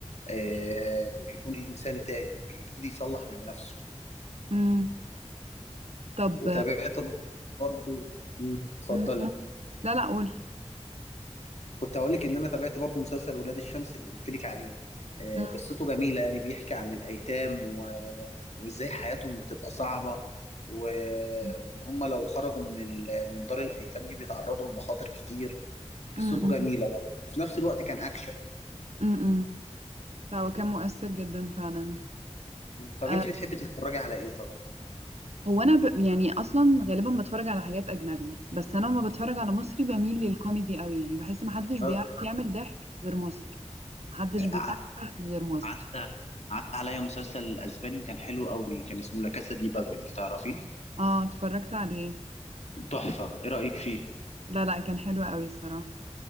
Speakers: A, on the left; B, on the right.
A: آه بيكون إنسان تاني بيبتدي يصلح من نفسه
B: مم. طب
A: وتابعت برضه مم. اتفضل
B: مم. مم. لا لا قول
A: كنت هقول لك ان انا تابعت برضو مسلسل ولاد الشمس اللي قلت لك عليه آه،
B: مم.
A: قصته جميله يعني بيحكي عن الايتام و... وازاي حياتهم بتبقى صعبه و...
B: مم.
A: وان هم لو خرجوا من ال... من دار الايتام دي بيتعرضوا لمخاطر كتير قصته
B: مم.
A: جميله برضو في نفس الوقت كان اكشن
B: مم. مم. لا هو كان مؤثر جدا فعلا
A: طب
B: آه،
A: انت بتحبي تتفرجي على ايه طيب
B: هو انا ب... يعني اصلا غالبا بتفرج على حاجات اجنبي بس انا لما بتفرج على مصري بميل للكوميدي قوي يعني بحس محدش بيعرف
A: آه،
B: يعمل ضحك غير مصر محدش بيضحك
A: ع-
B: غير مصر
A: عدى عدى عليا مسلسل اسباني كان حلو قوي كان اسمه لا كاسا دي بابل تعرفيه
B: اه اتفرجت عليه
A: تحفه ايه رايك فيه
B: لا لا كان حلو قوي الصراحة